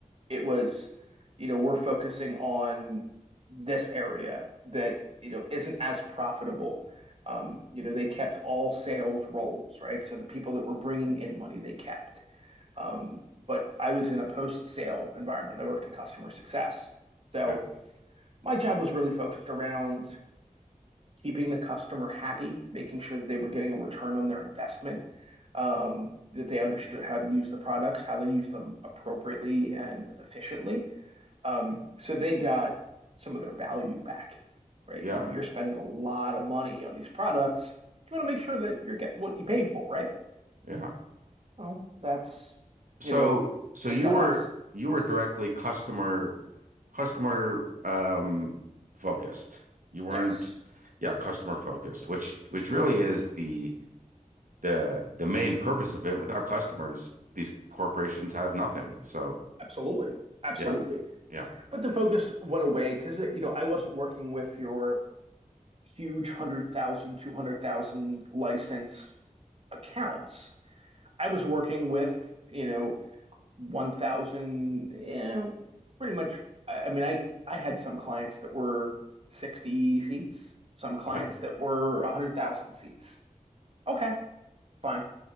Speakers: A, on the right; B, on the right.
A: It was, you know, we're focusing on this area that, you know, isn't as profitable. Um, you know, they kept all sales roles, right? So the people that were bringing in money, they kept um, but I was in a post-sale environment. I worked in customer success. So
B: Yeah,
A: my job was really focused around keeping the customer happy, making sure that they were getting a return on their investment, um, that they understood how to use the products, how they use them appropriately and efficiently. Um, so they got some of their value back, right?
B: yeah,
A: You know, you're spending a lot of money on these products. You want to make sure that you're getting what you paid for, right?
B: yeah.
A: Well, that's,
B: So,
A: you know,
B: so
A: they
B: you
A: cut
B: were
A: us.
B: you were directly customer customer um focused. You weren't,
A: Yes.
B: yeah, customer focused, which which really is the the the main purpose of it. Without customers, these corporations have nothing. So,
A: Absolutely. Absolutely.
B: yeah, yeah.
A: But the focus went away because, you know, I wasn't working with your huge 100,000, 200,000 license accounts. I was working with, you know, 1,000, eh, pretty much. I I mean, I, I had some clients that were 60 seats, some clients
B: Okay.
A: that were 100,000 seats. Okay, fine.